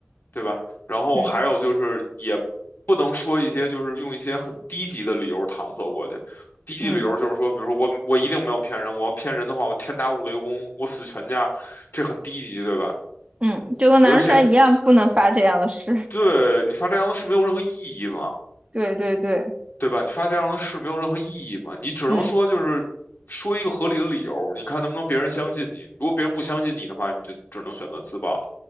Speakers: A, on the left; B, on the right.
A: 对吧？然后还有就是也不能说一些就是用一些很低级的理由搪塞过去，
B: 嗯
A: 低级理由就是说，
B: 嗯
A: 比如说我我一定没有骗人，我要骗人的话，我天打五雷轰，我死全家，这很低级，对吧？
B: 嗯，就跟男人帅一样，
A: 而且
B: 不能发这样的誓。<laughs>
A: 对你发这样的是没有任何意义嘛。
B: 对对对，
A: 对吧？你发这样的誓没有任何意义嘛，你只能说就是说一个合理的理由，
B: 嗯
A: 你看能不能别人相信你。如果别人不相信你的话，你就只能选择自爆，